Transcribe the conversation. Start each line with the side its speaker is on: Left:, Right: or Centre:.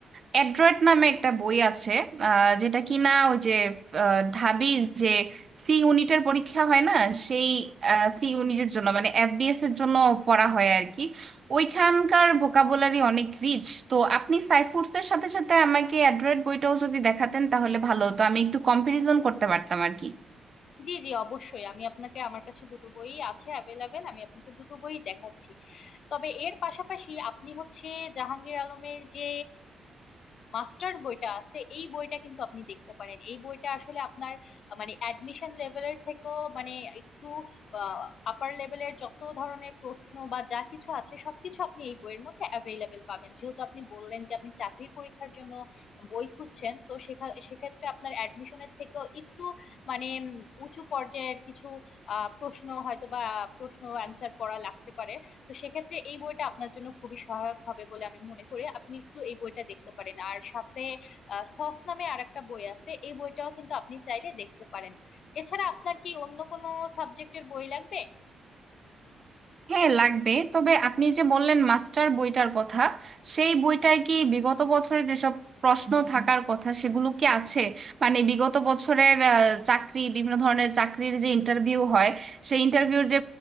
Right: অ্যাড্রয়েড নামে একটা বই আছে আহ, যেটা কিনা ওই যে আহ, ঢাবির যে সি ইউনিটের পরীক্ষা হয় না সেই সি ইউনিটের জন্য মানে এফবিএস এর জন্য পড়া হয় আর কি ওইখানকার ভোকাবুলারি অনেক রিচ তো আপনি সাইফুডসের সাথে সাথে আমাকে অ্যাড্রয়েড বইটাও যদি দেখাতেন তাহলে ভালো হতো আমি একটু কম্পারিজন করতে পারতাম আর কি
Left: জি জি অবশ্যই আমি আপনাকে আমার কাছে দুটো বই আছে অ্যাভেলেবেল আমি আপনাকে দুটো বই দেখাচ্ছি তবে এর পাশাপাশি আপনি হচ্ছে জাহাঙ্গীর আলমের যে মাস্টার বইটা আছে এই বইটা কিন্তু আপনি দেখতে পারেন এই বইটা আসলে আপনার আহ, মানে অ্যাডমিশন লেভেলের থেকেও মানে একটু আপার লেভেলের যত ধরনের প্রশ্ন বা যা কিছু আছে সবকিছু আপনি এই বইয়ের মধ্যে অ্যাভেলেবেল পাবেন যেহেতু আপনি বললেন যে আপনি চাকরির পরীক্ষার জন্য বই খুঁজছেন তো সেখা- সেক্ষেত্রে আপনার অ্যাডমিশনের থেকেও একটু মানে উম, উঁচু পর্যায়ের কিছু আহ, প্রশ্ন হয়তো বা প্রশ্ন অ্যান্সার করা লাগতে পারে তো সেক্ষেত্রে এই বইটা আপনার জন্য খুবই সহায়ক হবে বলে আমি মনে করি আপনি একটু এই বইটা দেখতে পারেন আর সাথে আহ, সস নামে আরেকটা বই আছে এই বইটাও কিন্তু আপনি চাইলে দেখতে পারেন এছাড়া আপনার কি অন্য কোনো সাবজেক্টের বই লাগবে
Right: হ্যাঁ লাগবে তবে আপনি যে বললেন মাস্টার বইটার কথা সেই বইটায় কি বিগত বছরের যেসব প্রশ্ন থাকার কথা সেগুলো কি আছে মানে বিগত বছরের আহ, চাকরি বিভিন্ন ধরনের চাকরির যে ইন্টারভিউ হয় সেই ইন্টারভিউর যে